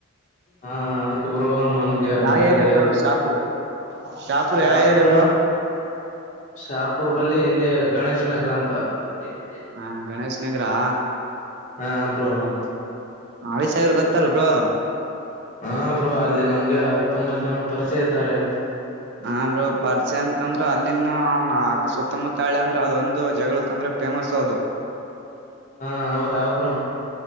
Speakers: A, on the left; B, on the right.
A: ಹಾ ಅದಕಬ್ರು ನಮ್ಗೆ
B: ಯಾವ
A: ಮನ್ಯಾಗ
B: ಏರಿಯಾ ಬ್ರೋ ಶಾಪುರ್ ಶಾಪುರ್
A: ಶಾಹಪುರ
B: ಯಾವ ಏರಿಯಾ ಬ್ರೋ
A: ಶಾಪುರ್ ಬಲ್ಲಿ ಇಲ್ಲಿ ಗಣೇಶ್ ನಗರ ಅಂತ ಈ
B: ಹಾ ಗಣೇಶ್ ನಗರಾ
A: ಹಾ ಬ್ರೋ
B: ಹಾ ಹಳೆ ಸಾಗರ್ ಗೊತ್ತಲ್ ಬೋ
A: ಹಾ ಬ್ರೋ ಅಲ್ಲಿ ನಮ್ಗೆ ತುಂಬಾ ಜನ ಪರಿಚಯ ಇದ್ದಾರೆ
B: ಹಾ ಬ್ರೋ ಪರ್ಚೆ ಅಂತಂದ್ರು ಅಲ್ಲಿ ಇಲ್ಲಿ ಅವನ ಸುತ್ತಮುತ್ತಾಳಿ ಅಂದ್ರೆ ಅದ ಒಂದು ಜಗಳಕ್ ಅಂದ್ರೆ ಫೇಮಸ್ ಅದು
A: ಹಾ ಹೌದಾ ಬ್ರೋ